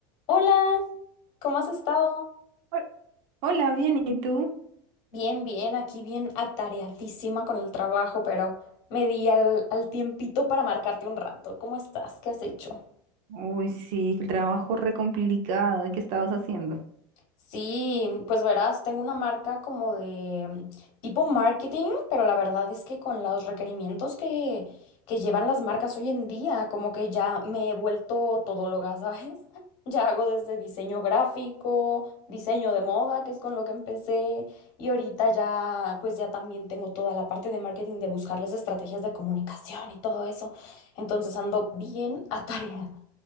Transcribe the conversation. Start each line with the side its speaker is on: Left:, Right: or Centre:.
Left: Hola, ¿cómo has estado?
Right: Hol- Hola, bien, ¿y tú?
Left: Bien, bien, aquí bien atareadísima con el trabajo, pero me di al, al tiempito para marcarte un rato. ¿Cómo estás? ¿Qué has hecho?
Right: Uy, sí, el trabajo re complicado. ¿Y qué estabas haciendo?
Left: Sí, pues verás, tengo una marca como de mm, tipo marketing, pero la verdad es que con los requerimientos que, que llevan las marcas hoy en día, como que ya me he vuelto todóloga, ¿sabes? <laughs> Ya hago desde diseño gráfico, diseño de moda, que es con lo que empecé, y ahorita ya, pues ya también tengo toda la parte de marketing de buscarles estrategias de comunicación y todo eso. Entonces ando bien <laughs> atareada